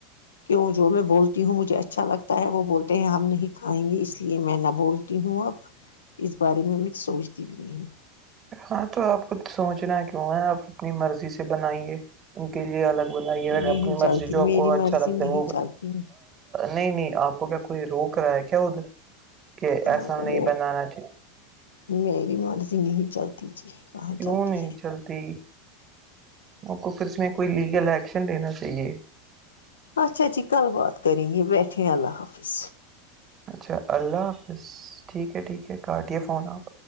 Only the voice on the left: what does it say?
کیوں جو میں بولتی ہوں مجھے اچھا لگتا ہے وہ بولتے ہیں ہم نہیں کھائیں گے اس لیے میں نہ بول تی ہوں اب اس بارے میں میں سوچتی بھی نہیں
نہیں
چلتی
میری
مرضی
نہیں
چلتی
ہاں
وہ
میری مرضی نہیں چلتی جی کہاں
چلتی
ہے
اچھا جی کل بات کریں گے بیٹھیں اللہ حافظ